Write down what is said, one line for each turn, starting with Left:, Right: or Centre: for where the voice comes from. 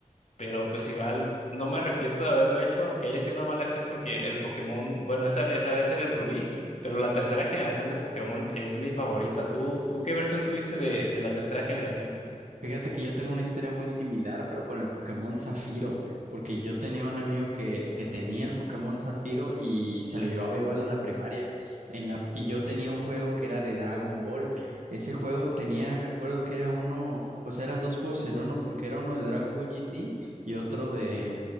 Left: Pero pues igual no me arrepiento de haberlo hecho, aunque haya sido una mala acción, porque el Pokémon, bueno, esa, esa vez era el Rubí, pero la tercera generación de Pokémon es mi favorita. ¿Tú, tú qué versión tuviste de, de la tercera generación?
Right: Fíjate que yo tengo una historia muy similar, pero con el Pokémon Zafiro, porque yo tenía un amigo que, que tenía el Pokémon Zafiro y se lo llevaba igual a la primaria. En la, y yo tenía un juego que era de Dragon Ball. Ese juego tenía, me acuerdo que era uno, o sea, eran dos juegos en uno, porque era uno de Dragon Ball GT y otro de,